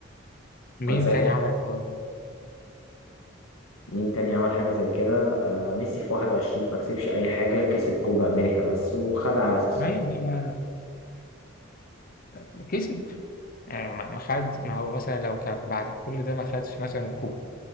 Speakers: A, on the left; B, on the left.
A: مين
B: كان ساعة
A: تاني عمل الحوار ده؟
B: مين تاني عمل حاجة زي كده آه ميسي في 21 ما كسبش أي حاجة كسب كوبا أمريكا بس وخدها على أساسها
A: ايوه ما ما كسب آه ما ما خد ما هو مثلا لو كان بعد كل ده ما خدش مثلا الكوبا